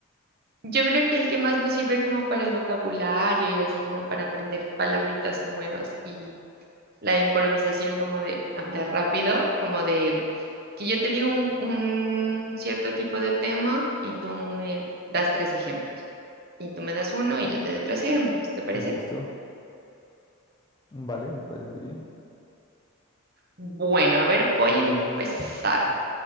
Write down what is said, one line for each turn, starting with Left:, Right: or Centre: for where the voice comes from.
Right: Yo creo que el que más nos sirve como para el vocabulario y así como para aprender palabritas nuevas y la improvisación como de hablar rápido, como de que yo te digo un, un cierto tipo de tema y tú me das tres ejemplos. y tú me das uno y yo te doy tres ejemplos, ¿te parece?
Left: Listo. Vale, me parece bien.
Right: Bueno, a ver, voy
Left: Entonces,
Right: a empezar,
Left: mm,